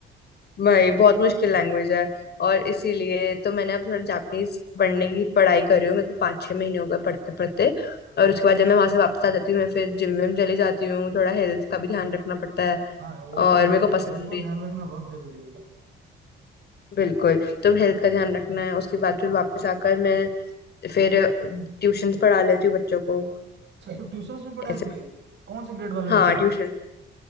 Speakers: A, on the left; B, on the right.
A: भाई बहुत मुश्किल लैंग्वेज है और इसीलिए तो मैंने अब थोड़ा जापानीज पढ़ने की पढ़ाई कर रही हूँ मेरे को पाँच छह महीने हो गए पढ़ते पढ़ते और उसके बाद जब मैं वहां से वापस आ जाती हूँ मैं फिर जिम विम चली जाती हूँ थोड़ा हेल्थ का भी ध्यान रखना पड़ता है
B: हाँ वो
A: और
B: तो हो
A: मेरे को पसंद
B: हेल्थ को
A: भी है
B: ध्यान रखना बहुत जरूरी है
A: बिल्कुल तो हेल्थ का ध्यान रखना है उसके बाद फिर वापस आकर मैं फिर ट्यूशंस पढ़ा लेती हूँ बच्चों को
B: अच्छा तो ट्यूशंस भी पढ़ाती
A: ऐसे
B: है कौन से ग्रेड वाले
A: हाँ
B: बच्चों
A: ट्यूशन